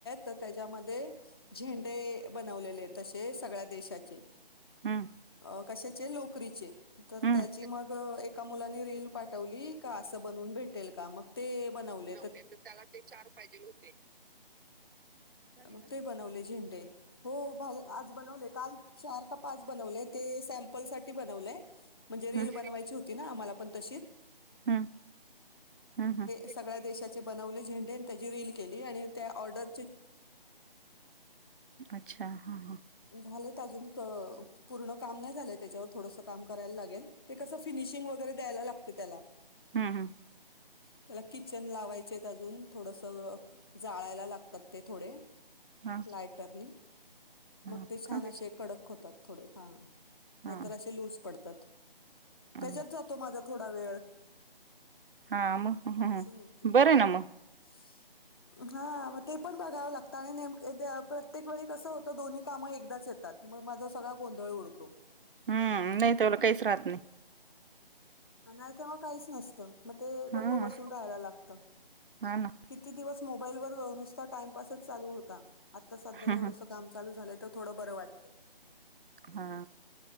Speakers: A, on the left (about 25°); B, on the right (about 65°).
A: तर त्याच्यामध्ये झेंडे बनवलेले तसे सगळ्या देशाचे.
B: हम्म
A: अ कशाचे लोकरीचे तर
B: हम्म
A: त्याची मग एका मुलानी रील पाठवली का अस बनवून भेटेल का मग ते बनवले
B: तर त्याला ते चार फादे होते
A: मग ते बनवले झेंडे हो आज बनवले काल चार का पाच बनवलंय ते सॅमपल साठी बनवलंय म्हणजे रील
B: हम्म
A: बनवा आम पण त
B: हम्म हम्म हम्म
A: सग्या देशा ब झें त्याची रील केली आणि त्या ऑर्डर
B: अच्छा हा ह
A: झालं अजून पूर्ण काम नाही झालं त्याच्यावर थोडस काम करायला लागेल ते कस फिनिशिंग वगैरे द्यायला लागते त्याला
B: हम् हम
A: त्याला किचन लावायचे अजून थोडस जाळायला लागतात ते थोडे
B: हा
A: लायटरनी
B: हा
A: मग ते छान
B: का
A: असे कडक होतात थोडे हा
B: हा
A: नाहीतर असे लूज पडतात
B: हा
A: त्याच्यात जातो माझा थोडा वेळ
B: हा मग हम्म
A: असं
B: हम्म.
A: होत
B: बरं आहे ना मग
A: <unintelligible> हा ते पण बघावं लागतं आणि नेमके प्रत्येक वेळी कसं होतं दोन्ही काम एकदाच येतात मग माझा सगळा गोंधळ उडतो
B: हम्म नाही त बला काहीच राहत नाही
A: नाही तेव्हा काहीच नसतं मग ते
B: हा
A: गप्प बसून राहायला लागत
B: हा ना
A: किती दिवस मोबाईल वर नुसता टाइमपासच चालू होता आता सध्या
B: हम्म
A: थोडस
B: हम्म.
A: काम चालू झाले तर थोडं बरं वाटय
B: हा